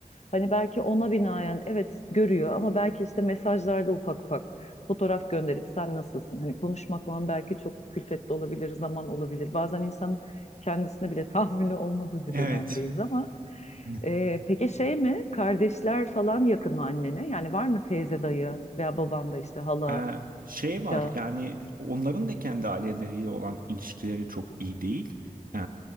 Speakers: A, on the left; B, on the right.
A: Hani belki ona binaen evet görüyor ama belki işte mesajlarda ufak ufak fotoğraf gönderip sen nasılsın? Hani konuşmakla belki çok külfetli olabilir, zaman olabilir. Bazen insan kendisine bile <laughs> tahammülü olmadığı bir
B: Evet.
A: dönemdeyiz ama
B: <laughs>
A: Ee, peki şey mi? Kardeşler falan yakın mı annene? Yani var mı teyze dayı veya baban da işte hala
B: Ee, şey var
A: ya?
B: yani onların da kendi aileleriyle olan ilişkileri çok iyi değil. Ee,